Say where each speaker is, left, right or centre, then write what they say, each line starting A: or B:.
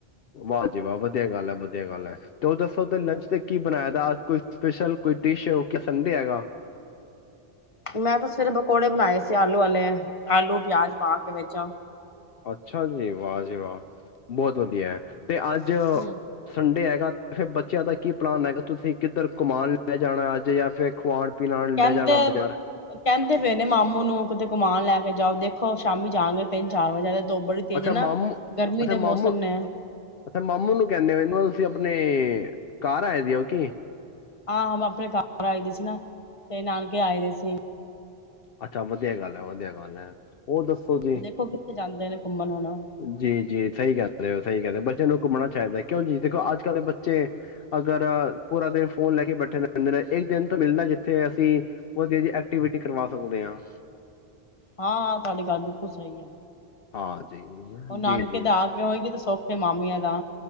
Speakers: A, on the left; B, on the left.
A: ਵਾਹਜੀ ਵਾਹ ਵਧੀਆ ਗੱਲ ਹੈ ਵਧੀਆ ਗੱਲ ਏ ਤੇ ਉਹ ਦੱਸੋ ਤੇ ਲੰਚ ਤੇ ਕੀ ਬਣਾਇਆ ਦਾਲ ਕੋਈ ਸਪੈਸ਼ਲ ਕੋਈ ਡਿਸ਼ ਸੰਡੇ ਹੈਗਾ
B: ਮੈਂ ਤਾਂ ਸਵੇਰ ਪਕੌੜੇ ਬਣਾਏ ਸੀ ਆਲੂ ਵਾਲੇ ਆਲੂ ਪਿਆਜ ਪਾ ਕੇ ਵਿੱਚ
A: ਅੱਛਾ ਜੀ ਵਾਹ ਜੀ ਵਾਹ ਬਹੁਤ ਵਧੀਆ ਹੈ। ਤੇ ਅੱਜ
B: ਹੂੰ
A: ਸੰਡੇ ਹੈਗਾ, ਫੇਰ ਬੱਚਿਆਂ ਦਾ ਕੀ ਪਲਾਨ ਹੈਗਾ। ਤੁਸੀਂ ਕਿੱਧਰ ਘੂਮਾੰਣ ਲੈ ਜਾਣਾ ਅੱਜ ਜਾਂ ਫੇਰ ਖਵਾਣ ਪਿਲਾਣ
B: ਕਹਿੰਦੇ,
A: ਲੈ ਜਾਣਾ ਬਾਜ਼ਾਰ
B: ਕਹਿੰਦੇ ਪਏ ਨੇ ਮਾਮੂ ਨੂੰ ਕਿਤੇ ਘੂਮਾਨ ਲੈ ਕੇ ਜਾਓ ਦੇਖੋ ਸ਼ਾਮੀ ਜਾਣਗੇ ਤਿੰਨ ਚਾਰ ਵਜੇ ਧੂੱਪ ਬੜੀ ਤੇਜ਼
A: ਅੱਛਾ
B: ਏ ਨਾ।
A: ਮਾਮੂ
B: ਗਰਮੀ
A: ਅੱਛਾ
B: ਦੇ
A: ਮਾਮੂ
B: ਮੌਸਮ ਨੇ
A: ਅੱਛਾ ਮਾਮੂ ਨੂੰ ਕੈਂਦੇ ਹੋ ਇਹ ਤੁਸੀਂ ਆਪਣੇ ਘਾਰ ਆਏ ਦਿ ਹੋ ਕੀ
B: ਆਹੋ ਆਪਣੇ ਘਰ ਆਏ ਦੀ ਸੀ ਨਾ ਤੇ ਨਾਨਕੇ ਆਏ ਦੇ ਸੀ
A: ਅੱਛਾ ਵਧੀਆ ਗੱਲ ਹੈ ਵਧੀਆ ਗੱਲ ਹੈ। ਹੋਰ ਦੱਸੋ ਜੀ?
B: ਦੇਖੋ ਕਿੱਥੇ ਜਾਂਦੇ ਨੇ ਘੁੰਮਣ ਹੁਣ ਉਹ
A: ਜੀ ਜੀ ਸਹੀ ਕੈਂਦੇ ਹੋ ਸਹੀ ਕੈਂਦੇ ਬੱਚਿਆਂ ਨੂੰ ਘੁੰਮਣਾ ਚਾਈਦਾ ਕਿਉਂ ਜੀ ਦੇਖੋ ਅੱਜ ਕੱਲ੍ਹ ਦੇ ਬੱਚੇ ਅਗਰ ਪੂਰਾ ਦਿਨ ਫੋਨ ਲੈ ਕੇ ਬੈਠੇ ਰੈੱਂਦੇ ਇੱਕ ਦਿਨ ਤੋਂ ਮਿਲਦਾ ਜਿੱਥੇ ਅਸੀਂ ਵਧੀਆ ਜੀ ਐਕਟੀਵਿਟੀ ਕਰਵਾ ਸਕਦੇ ਹਾਂ।
B: ਹਾਂ ਤੁਹਾਡੀ ਗੱਲ ਬਿਲਕੁਲ ਸਹੀ ਹੈ।
A: ਹਾਂ ਜੀ,
B: ਉਹ ਨਾਨਕੇ
A: ਜੀ, ਜੀ
B: ਦੇ ਆ ਕੇ ਹੋਏਗੀ ਤੇ ਸਖ ਤੇ ਮਾਮੀਆਂ ਦਾ